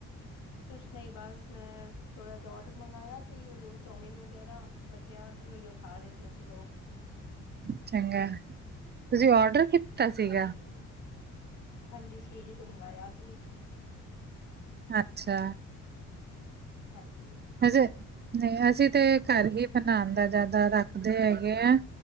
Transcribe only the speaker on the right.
ਚੰਗਾ ਤੁਸੀਂ ਔਡਰ ਕੀਤਾ ਸੀਗਾ?
ਅੱਛਾ।
ਹਜੇ ਨਹੀਂ ਹਜੇ ਤੇ ਘਰ ਹੀ ਬਣਾਉਣ ਦਾ ਜ਼ਿਆਦਾ ਰੱਖਦੇ ਹੈਗੇ ਆ